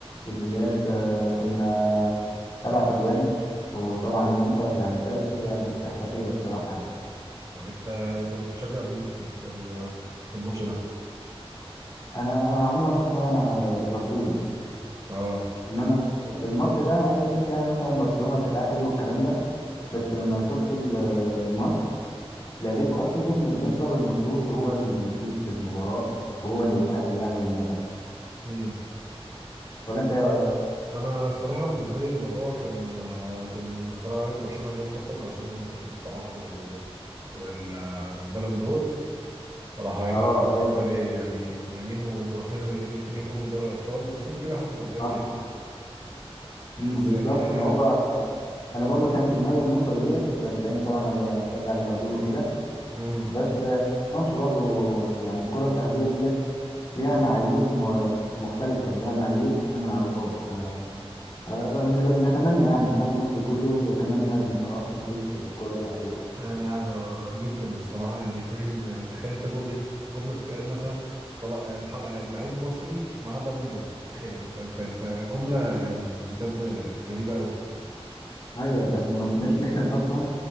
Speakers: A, on the left; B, on the right.
A: الاياب آه، كنا سبعة اجوان وطبعا الانتر يعني فاز باستحقاقيه الصراحه يعني
B: انت انت كنت بتشجع مين في ال- في ال- في الماتش ده؟
A: انا انا عموما اصلا انا ليفربول
B: اه
A: انما في الماتش ده انا كان نفسي يعني مثلا برشلونه تتاهل والكلام ده بس لما شفت ال- آه، الماتش لقيت حسيت ان الانتر المفروض هو اللي يفوز بالمباراه وهو اللي يتاهل يعني للنهائي
B: مم.
A: ولا انت ايه رايك
B: انا الصراحه بالنسبه لي الموضوع كان آه، كان الصراحه عايز برشلونه هي اللي تخرج عشان حته صلاح وال- والبالون دور صراحة يعني
A: اه
B: كان بالنسبة
A: ايوه
B: لي يعني يمين ورافينيا الاثنين يخرجوا من دوري الأبطال بس هم كده حسموا الدوري
A: صح
B: أكيد
A: امم
B: بس
A: بالظبط
B: يعني
A: ما هو انا برضو كان في دماغي النقطه ديت آه، لان طبعا انا بشجع ليفربول وكده
B: امم
A: بس آه، ما اضمنش برضو يعني الكره الذهبيه ديت ليها معايير م- مختلفه ليها معايير احنا ما نعرفهاش ف- آه، نتمنى يعني الشعب المصري كله يتمنى ان صلاح يفوز بالكره الذهبيه
B: يعني هذا جدا الصراحة يعني فكرة إن يعني تخيل أنت جملة جملة بتتقال مثلا صلاح آه، مح- آه، لعيب مصري معاه بالون دور تخيل أنت أنت أنت جملة يعني بجد غريبة أوي
A: ايوه ده احنا ما كناش نحلم اصلا